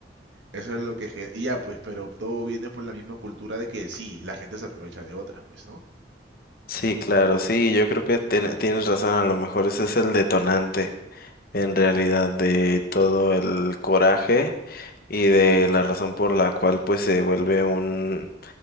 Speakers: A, on the right; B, on the left.
A: Eso es lo que... gen- Y ya, pues, pero todo viene por la misma cultura de que sí, la gente se aprovecha de otras, pues, ¿no?
B: Sí, claro, sí, yo creo que tiene- tienes razón, a lo mejor ese es el detonante en realidad de todo el coraje y de la razón por la cual pues se vuelve un